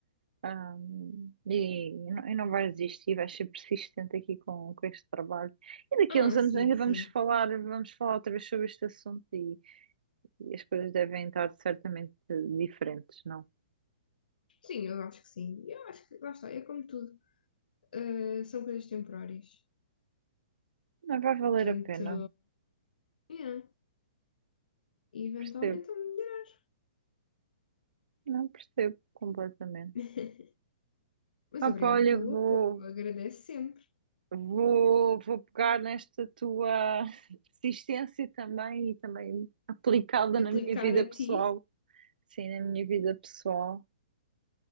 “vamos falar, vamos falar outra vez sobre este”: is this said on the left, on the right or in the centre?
Right